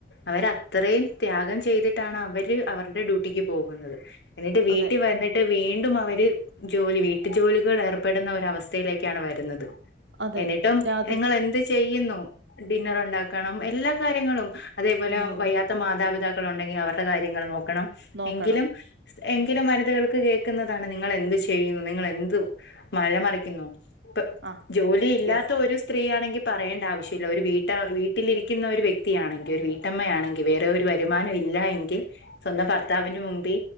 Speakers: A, on the left; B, on the right.
A: അവരത്രയും ത്യാഗം ചെയ്തിട്ടാണ് അവര് അവരുടെ ഡ്യൂട്ടിക്ക് പോകുന്നത് എന്നിട്ട് വീട്ടിൽ
B: അതെ
A: വന്നിട്ട് വീണ്ടും അവര് ജോലി വീട്ടു ജോലികളിൽ ഏർപ്പെടുന്ന ഒരവസ്ഥയിലേക്കാണ് വരുന്നത്
B: അതെ
A: എന്നിട്ടും
B: രാ
A: നിങ്ങൾ എന്ത് ചെയ്യുന്നു ഡിന്നർ ഉണ്ടാക്കണം എല്ലാ കാര്യങ്ങളും അതേപോലെ
B: ഉം
A: വയ്യാത്ത മാത മാതാപിതാക്കളുണ്ടെങ്കി അവരുടെ കാര്യങ്ങൾ നോക്കണം
B: നോക്കണം
A: എങ്കിലും എങ്കിലും വനിതകൾക്ക് കേക്കുന്നതാണ് നിങ്ങൾ എന്ത് ചെയ്യും നിങ്ങളെന്ത് മല മറിക്കുന്നു ഇപ്പ
B: ആ
A: ജോലി ഇല്ലാത്ത
B: യെസ്
A: ഒരു സ്‌ ത്രീ ആണെങ്കി പറയേണ്ട ആവശ്യല്ല ഒരു വീട്ട വീട്ടിലിരിക്കുന്ന ഒരു വ്യക്തിയാണെങ്കി ഒരു വീട്ടമ്മയാണെങ്കി വേറെ ഒരു വരു - മാനം ഇല്ല എങ്കിൽ സ്വന്തം ഭർത്താവിന്റെ മുമ്പി